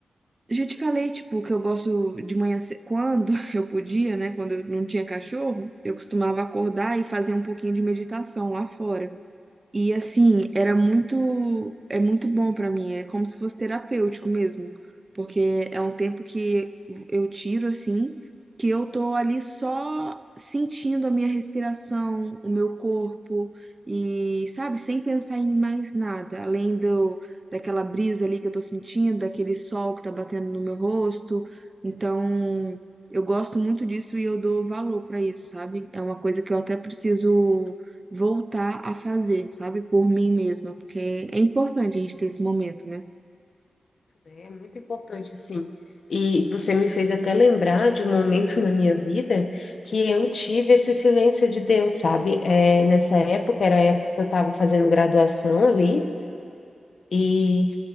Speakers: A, on the right; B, on the left.
A: Eu já te falei, tipo, que eu gosto de manhã, ce- quando <laughs> eu podia, né, quando eu não tinha cachorro, eu costumava acordar e fazer um pouquinho de meditação lá fora. E assim, era muito, é muito bom pra mim, é como se fosse terapêutico mesmo, porque é um tempo que eu tiro assim, que eu tô ali só sentindo a minha respiração, o meu corpo e, sabe, sem pensar em mais nada, além do daquela brisa ali que eu tô sentindo, daquele sol que tá batendo no meu rosto. Então, eu gosto muito disso e eu dou valor pra isso, sabe? É uma coisa que eu até preciso voltar a fazer, sabe? Por mim mesma, porque é importante a gente ter esse momento, né?
B: É muito importante, assim. E você me fez até lembrar de um momento na minha vida que eu tive esse silêncio de Deus, sabe? É, nessa época, era a época que eu estava fazendo graduação ali, e,